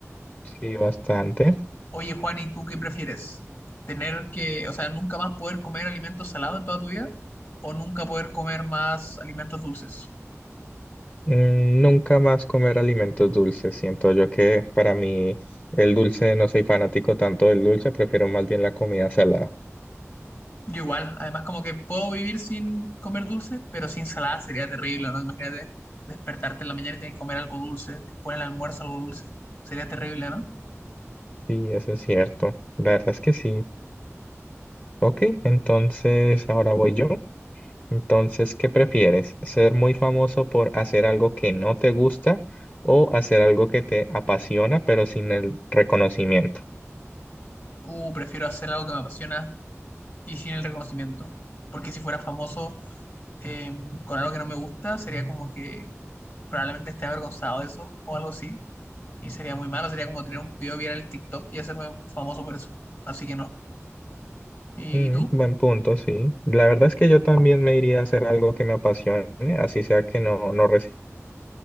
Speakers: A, on the left (about 30°); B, on the left (about 50°).
A: sí, bastante.
B: Oye, Juan, ¿y tú qué prefieres? ¿Tener que, o sea, nunca más poder comer alimentos salados en toda tu vida o nunca poder comer más alimentos dulces?
A: Mm, Nunca más comer alimentos dulces. Siento yo que para mí el dulce, no soy fanático tanto del dulce, prefiero más bien la comida salada.
B: Yo igual, además como que puedo vivir sin comer dulce, pero sin salada sería terrible, ¿no? Imagínate despertarte en la mañana y tienes que comer algo dulce, después en el almuerzo algo dulce, sería terrible, ¿no?
A: Sí, eso es cierto. La verdad es que sí. Ok, entonces ahora voy yo. Entonces, ¿qué prefieres? ¿Ser muy famoso por hacer algo que no te gusta o hacer algo que te apasiona pero sin el reconocimiento?
B: Uh, prefiero hacer algo que me apasiona y sin el reconocimiento, porque si fuera famoso eh, con algo que no me gusta, sería como que probablemente esté avergonzado de eso o algo así, y sería muy malo, sería como tener un video viral en TikTok y hacerme famoso por eso, así que no. ¿Y
A: Mm,
B: tú?
A: buen punto, sí. La verdad es que yo también me iría a hacer algo que me apasione, así sea que no, no reciba